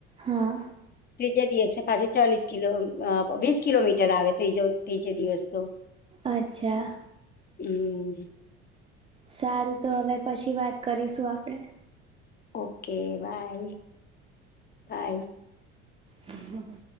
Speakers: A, on the right (about 20°); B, on the left (about 30°).
A: હા
B: ત્રીજા દિવસે પાછી ચાલીસ કિલો, વીસ કિલોમીટર આવે તો જો. દિવસ તો
A: અચ્છા.
B: હમ.
A: સારું, તો હવે પછી વાત કરીશું આપડે.
B: Okay, bye-bye.
A: હમ